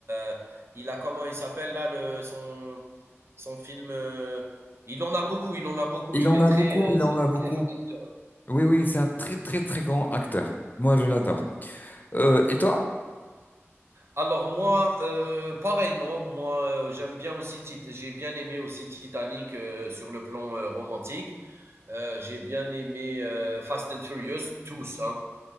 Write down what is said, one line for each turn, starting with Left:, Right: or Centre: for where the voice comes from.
Right: euh, il a comment il s'appelle là le son son film. euh, il en a beaucoup, il en a beaucoup.
Left: il
Right: Il
Left: en
Right: est
Left: a
Right: très,
Left: beaucoup,
Right: euh,
Left: il
Right: c'est
Left: en a beaucoup.
Right: un très grand acteur.
Left: Oui, oui, c'est un très, très, très grand acteur. Moi, je l'adore. Euh, et toi?
Right: Alors moi, euh, pareillement, moi euh, j'aime bien aussi, Tit- j'ai bien aimé aussi Titanic euh, sur le plan euh, romantique. Euh, j'ai bien aimé euh, Fast and Furious, tous, hein.